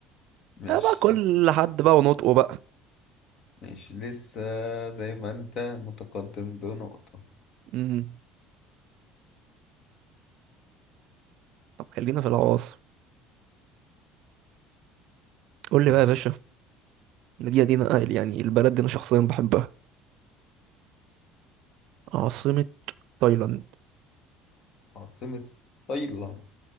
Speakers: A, on the left; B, on the right.
A: <laughs> ماشي
B: آه بقى
A: صح
B: كل حد بقى ونطقه بقى
A: ماشي لسه زي ما انت متقدم بنقطة
B: امم طب خلينا في العواصم قول لي
A: ماشي
B: بقى يا باشا المدينة دي انا يعني البلد دي انا شخصيا بحبها عاصمة تايلاند
A: عاصمة تايلاند